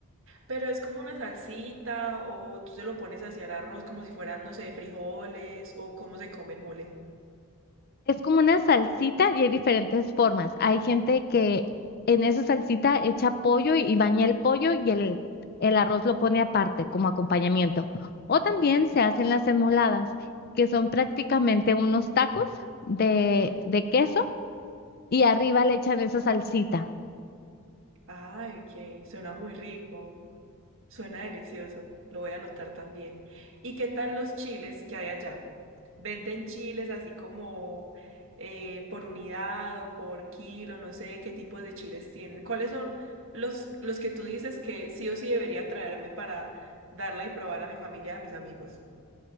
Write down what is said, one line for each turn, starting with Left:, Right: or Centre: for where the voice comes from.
Right: Pero es como una salsita o tú se lo pones hacia el arroz como si fueran, no sé, frijoles o cómo se come el mole.
Left: Es como una salsita y hay diferentes formas. Hay gente que en esa salsita echa pollo y baña el pollo y el, el arroz lo pone aparte como acompañamiento. O también se hacen las enmoladas, que son prácticamente unos tacos de,
Right: Ujú.
Left: de queso y arriba le echan esa salsita.
Right: Ay, ok, suena muy rico. Suena delicioso, lo voy a anotar también. ¿Y qué tal los chiles que hay allá? ¿Venden chiles así como eh, por unidad o por kilo? No sé qué tipos de chiles tienen. ¿Cuáles son los, los que tú dices que sí o sí debería traerme para darle y probar a mi familia y a mis amigos?